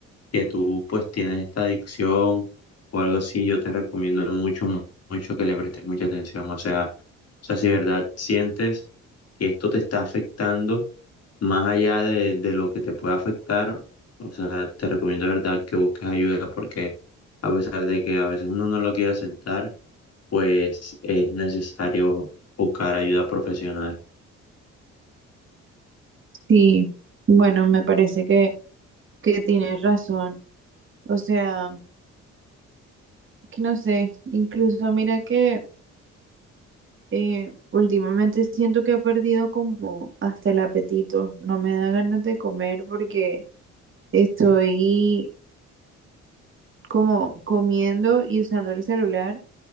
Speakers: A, on the left; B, on the right.
A: que tú, pues, tienes esta adicción o algo así, yo te recomiendo mucho, mu- mucho que le prestes mucha atención, o sea, o sea, si de verdad sientes que esto te está afectando, más allá de, de lo que te pueda afectar, o sea, te recomiendo de verdad que busques ayuda porque a pesar de que a veces uno no lo quiere aceptar, pues es necesario buscar ayuda profesional.
B: Sí, bueno, me parece que, que tienes razón. O sea, que no sé, incluso mira que eh, últimamente siento que he perdido como hasta el apetito. No me da ganas de comer porque... Estoy como comiendo y usando el celular,